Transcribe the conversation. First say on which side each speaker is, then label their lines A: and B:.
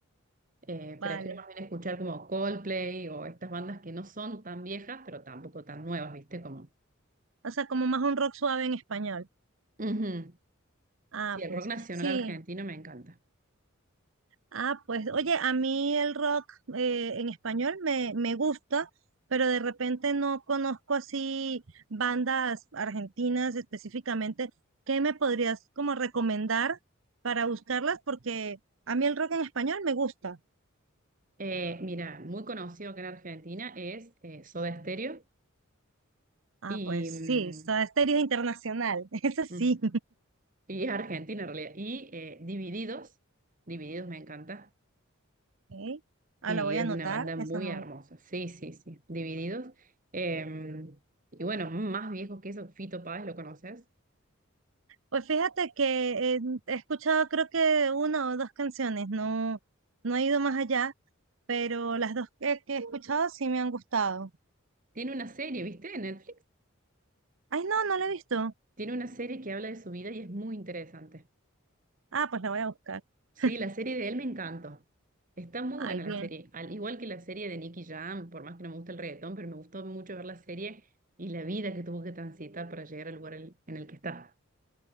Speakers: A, on the right; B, on the right.
A: Eh,
B: vale.
A: prefiero más bien escuchar como Coldplay o estas bandas que no son tan viejas, pero tampoco tan nuevas, ¿viste? Como
B: O sea, como más un rock suave en español.
A: Ujú.
B: Ah,
A: Sí, el
B: pues
A: rock nacional
B: sí.
A: argentino me encanta.
B: Ah, pues oye, a mí el rock eh, en español me, me gusta, pero de repente no conozco así bandas argentinas específicamente. ¿Qué me podrías como recomendar para buscarlas? Porque a mí el rock en español me gusta.
A: Eh, mira, muy conocido acá en Argentina es eh, Soda Stereo
B: Ah,
A: y,
B: pues
A: mm,
B: sí, Soda Stereo es internacional, <laughs> eso sí.
A: mm, y es Argentina en realidad. Y eh, Divididos, Divididos me encanta.
B: Ok, Ah,
A: Divididos
B: la voy a anotar,
A: es una banda muy
B: esa no.
A: hermosa. Sí, sí, sí, Divididos. Eh, y bueno, más viejos que eso, Fito Páez, ¿lo conoces?
B: Pues fíjate que eh, he escuchado creo que una o dos canciones, no, no he ido más allá. pero las dos que, que he escuchado sí me han gustado.
A: Tiene una serie, ¿viste? En Netflix.
B: Ay, no, no la he visto.
A: Tiene una serie que habla de su vida y es muy interesante.
B: Ah, pues la voy a buscar.
A: Sí,
B: <laughs>
A: la serie de él me encantó. Está muy
B: Ay,
A: buena
B: bien.
A: la serie. Al igual que la serie de Nicky Jam, por más que no me gusta el reggaetón, pero me gustó mucho ver la serie y la vida que tuvo que transitar para llegar al lugar el- en el que está.